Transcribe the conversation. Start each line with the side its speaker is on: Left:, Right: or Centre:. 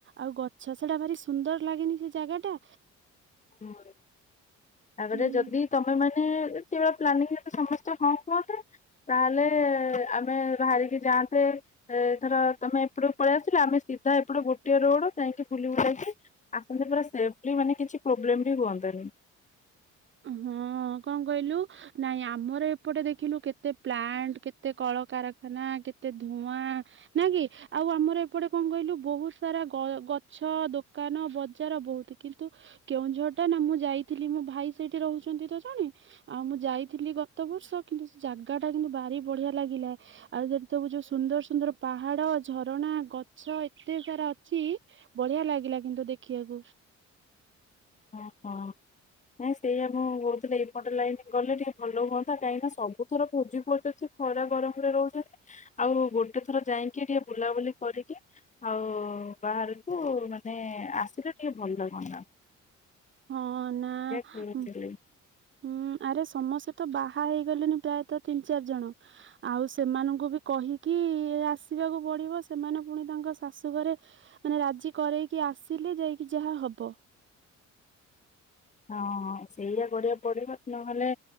Right: ଆଉ ଗଛ ସେଟା ଭାରି ସୁନ୍ଦର ଲାଗେନି ସେ ଜାଗା ଟା?
Left: ମୋର ତାପରେ
Right: ଉଁ
Left: ଯଦି ତମେ ମାନେ ସେଇଭଳିଆ ପ୍ଲାନିଂରେ ସମସ୍ତେ ହଁ କୁହନ୍ତେ। ତାହେଲେ ଆମେ ବାହାରିକି ଯାଆନ୍ତେ। ଏ ଥର ତମେ ଏପଟକୁ ପଳେଇ ଆସିଲା ଆମେ ସିଧା ଏପଟ ଗୋଟିଏ ରୋଡ ଯାଇକି ବୁଲି ବୁଲାଇକି ଆସନ୍ତି ପୁରା ସେଫଲି ମାନେ କିଛି ପ୍ରୋବ୍ଲେମ ବି ହୁଅନ୍ତାନି।
Right: ହଁ, କଣ କହିଲୁ? ନାଇଁ ଆମର ଏପଟେ ଦେଖିଲୁ। କେତେ ପ୍ଲାଣ୍ଟ, କେତେ କଳକାରଖାନା, କେତେ ଧୂଆଁ, ନା କି ଆଉ ଆମର ଏପଟେ କଣ କହିଲୁ? ବହୁତ ସାରା ଗ -ଗଛ, ଦୋକାନ ବଜାର, ବହୁତ କିନ୍ତୁ କେଉଁଝର ଟା ନା ମୁଁ ଯାଇଥିଲି ମୋ ଭାଇ ସେଇଠି ରହୁଛନ୍ତି ତ ଜଣେ। ଆଉ ମୁଁ ଯାଇଥିଲି ଗତ ବର୍ଷ କିନ୍ତୁ ସେ ଜାଗା ଟା କିନ୍ତୁ ଭାରି ବଢିଆ ଲାଗିଲା। ଆଉ ଯଦି ତବୁ ଯୋଉ ସୁନ୍ଦର ସୁନ୍ଦର ପାହାଡ, ଝରଣା, ଗଛ ଏତେ ସାରା ଅଛି। ବଢିଆ ଲାଗିଲା କିନ୍ତୁ ଦେଖିବାକୁ।
Left: ହଁ ହଁ। ନାଇଁ ସେଇୟଆ, ମୁଁ କହୁଥିଲେ ଏଇପଟେ ଲାଇନ ଗଲେ ଟିକେ ଭଲ ହୁଅନ୍ତା କାହିଁକି ନା ସବୁ ଥର ଭୋଜି ପଡୁଛି? ଖରା ଗରମରେ ରହୁଛନ୍ତି। ଆଉ ଗୋଟେ ଥର ଯାଇକି ଟିକେ ବୁଲାବୁଲି କରିକି- ଆଉ ବାହାରକୁ ମାନେ ଆସିଲେ ଟିକେ ଭଲଲାଗନ୍ତା
Right: ହଁ ନା <unintelligible>
Left: କହୁଥିଲି।
Right: ହୁଁ, ଆରେ ସମସ୍ତେ ତ ବାହା ହେଇଗଲେଣିି ପ୍ରାୟତ ତିନି ଚାରି ଜଣ। ଆଉ ସେମାନଙ୍କୁ ବି କହିକି ଆସିବାକୁ ପଡିବ। ସେମାନେ ପୁଣି ତାଙ୍କ ଶାଶୁ ଘରେ ମାନେ ରାଜି କରେଇକି ଆସିଲେ ଯାଇକି ଯାହା ହବ।
Left: ହଁ, ସେଇରା କରିବାକୁ ପଡିବ ନହେଲେ।